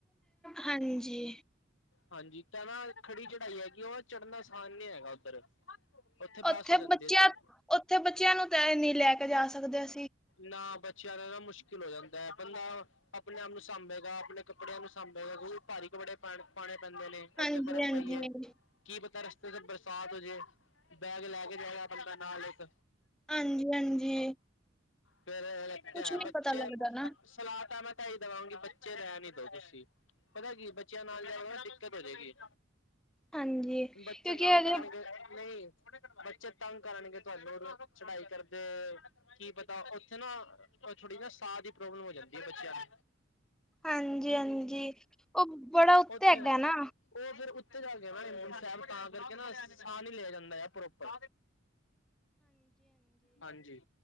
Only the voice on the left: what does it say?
ਹਾਂਜੀ। ਤਾਂ ਨਾ ਖੜੀ ਚੜਾਈ ਹੈਗੀ, ਉਹ ਚੜਨਾ ਆਸਾਨ ਨੀ ਹੈਗਾ, ਉੱਧਰ।
ਬੱਸ ਹੋ ਜਾਂਦੀ
ਹੈ
ਨਾ ਬਚ ਚਆ ਦਾ ਨਾਂ ਮੁਸ਼ਕਿਲ ਹੋ ਜਾਂਦਾ ਹੈ। ਬੰਦਾ ਆਪਣੇ ਆਪ ਨੂੰ ਸਾਂਭੇਗਾ, ਆਪਣੇ ਕੱਪੜਿਆਂ ਨੂੰ ਸਾਂਭੇਗਾ, ਬੂਟ ਭਾਰੀ ਬੜੇ ਪਾਣੇ -ਪਾਣੇ ਪੈਂਦੇ ਨੇ,
ਉੱਥੇ ਬਰਫ਼
ਪਈ ਏ। ਕੀ ਪਤਾ, ਰਸਤੇ'ਚ ਬਰਸਾਤ ਹੋਜੇ। ਬੈਗ ਲੈਕੇ ਜਾਏਗਾ ਬੰਦਾ ਨਾਲ ਇੱਕ।
ਫਿਰ ਬੱਚੇ
ਹੈ,
ਬੱਚੇ
ਸਲਾਹ ਤਾਂ, ਮੈਂ ਕਿਹੀ ਦਵਾਂਗੇ ਬੱਚੇ ਹੈਨੀ ਦੋ। <unintelligible> ਪਤਾ ਕੀ ਏ, ਬੱਚਿਆਂ ਨਾਲ ਜਾਵਾਂਗੇ ਨ, ਦਿੱਕਤ ਹੋ ਜੇਗੀ।
ਬੱਚੇ
ਤੰਗ
ਕਰਨਗੇ, ਨਹੀਂ। ਬੱਚੇ ਤੰਗ ਕਰਨਗੇ ਤੁਹਾਨੂੰ, ਚੜਾਈ ਕਰਦੇ ਕੀ ਪਤਾ, ਉੱਥੇ ਨਾ ਥੋੜੀ-ਥੋੜੀ ਨਾ ਸਾਹ ਦੀ ਪ੍ਰੋਬਲਮ ਹੋ ਜਾਂਦੀ ਏ, ਬੱਚਿਆਂ ਨੂੰ।
ਉਥੇ।
ਉਹ,
ਫਿਰ ਉ ਤਾਂ, ਕਰਕੇ ਨਾ ਸਾਹ ਨੀ ਲਿਆ ਜਾਂਦਾ ਆ ਪ੍ਰੋਪਰ। ਹਾਂਜੀ।